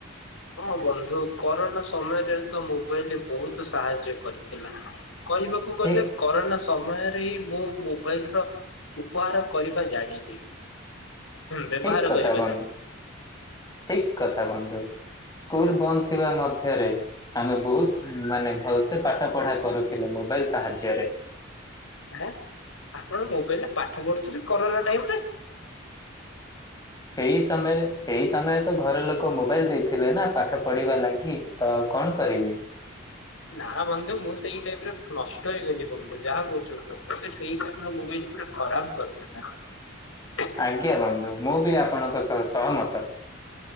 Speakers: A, on the left; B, on the left.
A: ହଁ ବନ୍ଧୁ କରୋନା ସମୟରେ ତ ମୋବାଇଲ ବହୁତ ସାହାଯ୍ୟ କରିଥିଲା। କହିବାକୁ
B: ଠିକ
A: ଗଲେ କରୋନା ସମୟରେ ମୁଁ ମୋବାଇଲ ର ବବହାର କରିବା ଜାଣିଲି ବ୍ୟବହାର
B: ଠିକ କଥା
A: କରିବା
B: ବନ୍ଧୁ, ଠିକ କଥା ବନ୍ଧୁ ସ୍କୁଲ ବନ୍ଦ ଥିବା ମଧ୍ୟରେ, ଆମେ ବହୁତ ମାନେ ଭଲ୍ ସେ ପାଠ ପଢା କରୁଥିଲେ। ମୋବାଇଲ ସାହାଯ୍ୟ ରେ
A: ଏଁ ଆପଣ ମୋବାଇଲରେ ପାଠ ପଢୁଥିଲେୁ କରୋନା ଟାଇମରେ
B: ସେଇ ସମୟରେ ସେଇ ସମୟରେ ତ ଘର ଲୋକ ମୋବାଇଲ ଦେଇଥିଲେ ନା ପାଠ ପଢିବା ଲାଗି ତ କଣ କରିବି?
A: ନା ବନ୍ଧୁ ମୁଁ ସେଇ ଟାଇପର ନଷ୍ଟ ହେଇଗଲି ବନ୍ଧୁ ଯାହା କହୁଛ କୁହ ମତେ ସେଇ ଟାଇମ ରେ ମୋବାଇଲ ପୁରା ଖରାପ କରିଦେଲା ହଁ <unintelligible>
B: ଆଜ୍ଞା ବନ୍ଧୁ ମୁ ବି ଆପଣଙ୍କ ସହ ସହମତ